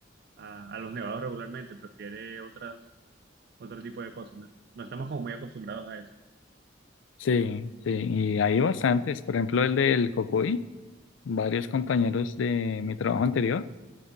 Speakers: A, on the right; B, on the left.
A: a los nevados regularmente, prefiere otras, otro tipo de cosas. No, no estamos como muy acostumbrados a eso.
B: Sí, sí, y hay bastantes, por ejemplo el del Cocuy, varios compañeros de mi trabajo anterior,